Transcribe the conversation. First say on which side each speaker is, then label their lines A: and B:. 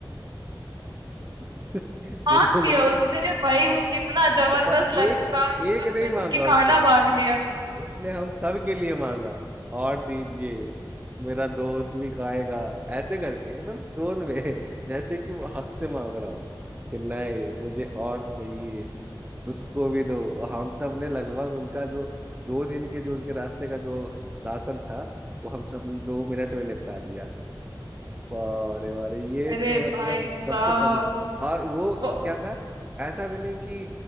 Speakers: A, on the right (about 20°); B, on the right (about 60°).
A: <laughs> फिर
B: मांग
A: उन्होंने
B: लिया उसने भाई वो कितना जबरदस्त
A: और
B: लड़का
A: एक
B: था,
A: एक
B: उसने
A: नहीं
B: उसके
A: मांगा उसने
B: खाना मांग लिया
A: उसने हम सब के लिए मांगा और दीजिए मेरा दोस्त भी खाएगा ऐसे करके एकदम टोन में <laughs> जैसे कि वो हक से मांग रहा हो कि नहीं मुझे और चाहिए उसको भी दो और हम सब ने लगभग उनका जो दो दिन के जो उनके रास्ते का जो राशन था वो हम सब दो मिनट में निपटा दिया अरे अरे ये
B: अरे
A: तो मतलब
B: भाई
A: सबसे
B: साहब
A: फनी और वो क्या
B: वो
A: था ऐसा भी नहीं कि